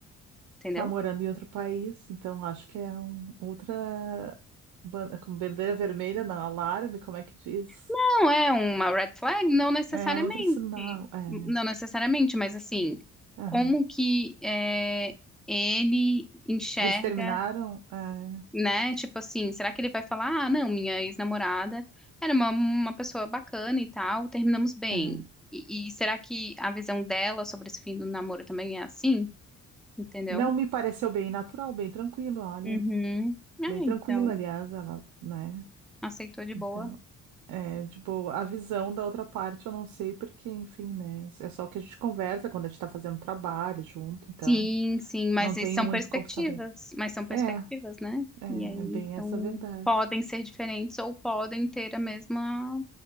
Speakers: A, in the centre; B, on the right (about 80°).
A: Entendeu?
B: Tá morando em outro país, então acho que é um, outra, ban- como bandeira vermelha, não, alarme, como é que diz?
A: Não é uma red flag? Não necessariamente.
B: É outro sinal, é,
A: Não necessariamente, mas assim,
B: aham.
A: como que é, ele enxerga.
B: Eles terminaram, é,
A: né? Tipo assim, será que ele vai falar, ah, não, minha ex-namorada era uma, uma pessoa bacana e tal, terminamos bem.
B: aham.
A: E, e será que a visão dela sobre esse fim do namoro também é assim? Entendeu?
B: Não me pareceu bem natural, bem tranquilo, olha.
A: Uhum. Ah,
B: Bem tranquila,
A: então,
B: aliás, ela, né?
A: aceitou de
B: Então,
A: boa.
B: é, tipo, a visão da outra parte eu não sei, porque, enfim, né? É só o que a gente conversa quando a gente tá fazendo trabalho junto, então
A: Sim, sim, mas
B: não
A: isso
B: tenho
A: são
B: muito
A: perspectivas,
B: como saber.
A: mas são perspectivas,
B: É,
A: né?
B: é
A: E aí,
B: é bem
A: então,
B: essa a verdade.
A: podem ser diferentes ou podem ter a mesma